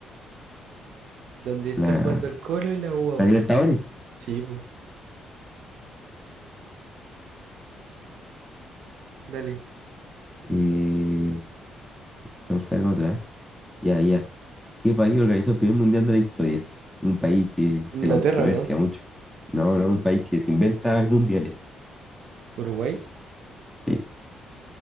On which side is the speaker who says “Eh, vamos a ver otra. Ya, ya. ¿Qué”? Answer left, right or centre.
Centre